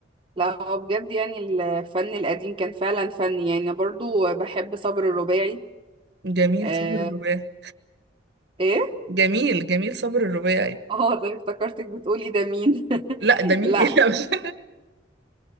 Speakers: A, on the right; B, on the right.
A: لا هو بجد يعني الفن القديم كان فعلا فن يعني أنا برضو بحب صبر الرباعي
B: جميل
A: آه
B: صبر الرباعي
A: ايه
B: جميل جميل صبر الرباعي
A: اه طيب افتكرتك بتقولي ده مين <laughs>
B: لا ده مين
A: لا
B: <laughs> ايه لا مش <laughs>